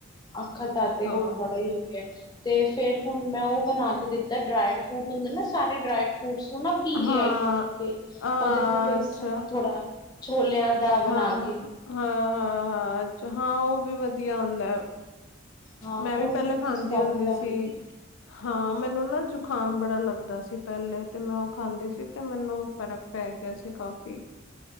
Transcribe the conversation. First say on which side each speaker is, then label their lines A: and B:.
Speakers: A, on the left; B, on the left.
A: ਅੱਛਾ ਖਦਾ ਤੇ
B: ਹਾਂ
A: ਉਹ ਬੜਾ ਹੀ ਹੋ ਗਿਆ ਅਤੇ ਫਿਰ ਹੁਣ ਮੈਂ ਉਹ ਬਣਾ ਕੇ ਦਿੱਤਾ ਡਰਾਈਫ ਫਰੂਟ ਹੁੰਦੇ ਨਾ ਸਾਰੇ ਡਰਾਈ ਫਰੂਟਸ ਥੋ ਨਾ ਪੀ
B: ਹਾਂ
A: ਲਿਆ, ਪੀ ਕੇ
B: ਹਾਂ
A: ਉਹਦੇ ਨਾਲ ਬੇਸਣ
B: ਅੱਛਾ
A: ਥੋੜਾ ਛੋਲਿਆਂ ਦਾ ਬਣਾ
B: ਹਾਂ
A: ਕੇ
B: ਹਾਂ ਹਾਂ ਹਾਂ ਅੱਛਾ ਹਾਂ ਉਹ ਵੀ ਵਧੀਆ ਹੁੰਦਾ ਐ।
A: ਹਾਂ
B: ਮੈਂ
A: ਉਹ
B: ਵੀ ਪਹਿਲੇ
A: ਦੁੱਧ
B: ਖਾਂਦੀ
A: ਚ ਪਾ
B: ਹੁੰਦੀ
A: ਕੇ ਦਾਂਗੀ
B: ਸੀ ਹਾਂ, ਮੈਨੂੰ ਨਾ ਜ਼ੁਖਾਮ ਬੜਾ ਲੱਗਦਾ ਸੀ ਪਹਿਲੇ ਤੇ ਮੈਂ ਉਹ ਖਾਂਦੀ ਸੀ ਤੇ ਮੈਨੂੰ ਫ਼ਰਕ ਪੈ ਗਿਆ ਸੀ ਕਾਫੀ।